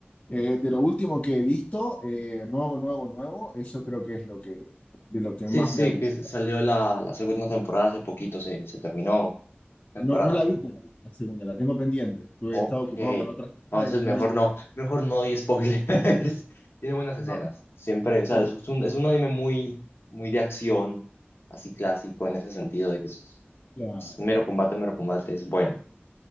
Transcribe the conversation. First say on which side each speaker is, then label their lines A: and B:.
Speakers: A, on the left; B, on the left.
A: Eh, de lo último que he visto, eh, nuevo, nuevo, nuevo, eso creo que es lo que, de lo que
B: Sí,
A: más
B: sí,
A: me ha gustado.
B: que s- salió la, la segunda temporada hace poquito, se, se terminó temporada.
A: No, no la he visto la la segunda, la tengo pendiente. Tuve
B: Ok,
A: he estado ocupado
B: entonces
A: con otras cosas y realmente
B: mejor no, mejor no doy spoilers. <laughs> Tiene buenas escenas,
A: no.
B: siempre, o sea,
A: bueno,
B: es un, es un anime muy, muy de acción así clásico en ese sentido de que es
A: Claro.
B: Es mero combate, mero combate, es bueno,